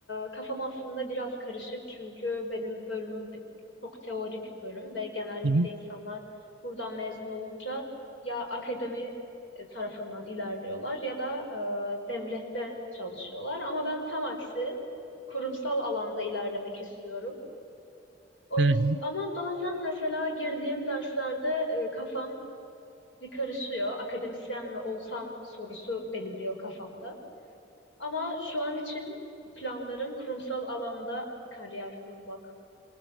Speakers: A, on the left; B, on the right.
A: e, kafam aslında biraz karışık çünkü benim bölümüm bi- çok teorik bölüm ve genellikle
B: Hı hı.
A: insanlar buradan mezun olunca ya akademi e, tarafından ilerliyorlar ya da e, devlette çalışıyorlar ama ben tam aksi kurumsal alanda ilerlemek istiyorum. O
B: Hı
A: yüzden
B: hı.
A: ama bazen mesela girdiğim derslerde e, kafam bir karışıyor. Akademisyen mi olsam sorusu beliriyor kafamda. Ama şu an için planlarım kurumsal alanda kariyer kurmak.